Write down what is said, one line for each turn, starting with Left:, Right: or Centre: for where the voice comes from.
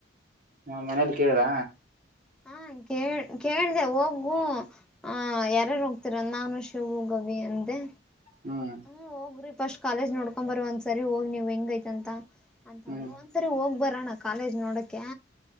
Right: ನ ಮನೇಲಿ ಕೇಳಿದ
Centre: ಹಾ ಕೇಳ್ ಕೇಳ್ದ ಹೋಗು ಹ ಯಾರಾರು ಹೋಗ್ತೀರ ನಾನು ಶೀ ವು ಗವಿ ಅಂದೆ
Right: ಹ್ಮ್
Centre: ಹ್ಮ ಹೋಗ್ರಿ ಫಸ್ಟ್ ಕಾಲೇಜ್ ನೋಡ್ಕೊ್ ಬರಿ ಒಂದ್ಸರಿ ಹೋಗಿ ನೀವ್ ಹೆಂಗ ಐತ್ಂತ ಅಂತಂದ್ರ
Right: ಹ್ಮ್
Centre: ಒಂದ ಸರಿ ಹೋಗ್ ಬರಣ ಕಾಲೇಜ್ ನೋಡಕೆ